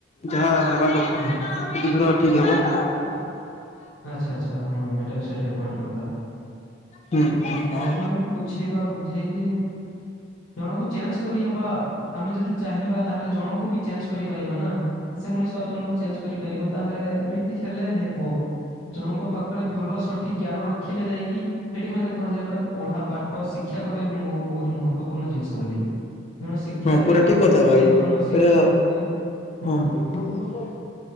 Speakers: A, on the left (about 35°); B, on the left (about 80°).
A: ଯାହା ହେବା କ-
B: ହଁ।
A: <inaudible> ଠିକ ହବ। ହଁ <unintelligible>
B: ଆଚ୍ଛା ଆଚ୍ଛା, ହଁ ଏଟା ବି ସେଟା ବି ପଏଣ୍ଟ କଥା।
A: ହୁଁ ହୁଁ
B: ଲୋକମାନଙ୍କୁ ବୁଝେଇ ବା ବୁଝେଇକି ଜଣଙ୍କୁ ଚେଞ୍ଜ କରିହବା, ଆମେ ଯଦି ଚାହିଁବା ତାହେଲେ ଜଣଙ୍କୁ ବି ଚେଞ୍ଜ କରିପାରିବା ନା। ସେ ମଣିଷ ଆଉ ଜଣଙ୍କୁ ଚେଞ୍ଜ କରିପାରିବ ତାହେଲେ ଏମିତି ହେଲେ ହେବ। ଜଣଙ୍କ ପାଖରେ ଭଲ ସଠିକ ଜ୍ଞାନ ରଖିଲେ ଯାଇକି, ସେଠି ମଧ୍ୟେ କୁହାଯାଏ ପୁରା ପଢା ପା ଖ ଶିକ୍ଷା ଗୋଟେ <unintelligible> ବହୁତ ମହତ୍ୱପୂର୍ଣ୍ଣ ଜିନ୍ଷ। ଛବୋଲି, ଜଣେ ଶିକ୍ଷା
A: ହଁ ପୁରା
B: ଥିବା
A: ଠିକ
B: ବ୍ୟକ୍ତି
A: କଥା ଭାଇ ଏଇଟା
B: ଆଉ ଜଣେ ଅଶିକ୍ଷିତ ବ୍ୟକ୍ତି ହୁଁ
A: ହଁ, ଭିତରୁକୁ ଗଲେ,